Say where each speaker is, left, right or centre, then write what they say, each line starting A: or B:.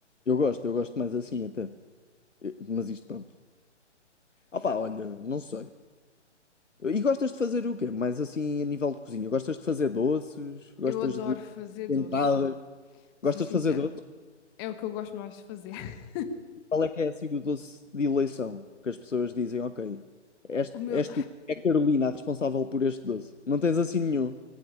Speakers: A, on the left; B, on the left.
A: Eu gosto, eu gosto mais assim até. Eh, Mas isto, pronto. Opa, olha, não sei. E gostas de fazer o quê? Mais assim, a nível de cozinha? Gostas de fazer doces? Gostas
B: eu adoro
A: de
B: fazer
A: tentadas?
B: doces, sou
A: Gostas
B: sincera.
A: de fazer doces?
B: É o que eu gosto mais de fazer. <laughs>
A: Qual é que é assim o doce de eleição? Que as pessoas dizem, ok, és,
B: O meu,
A: és tu, é a Carolina a responsável por este doce. Não tens assim nenhum.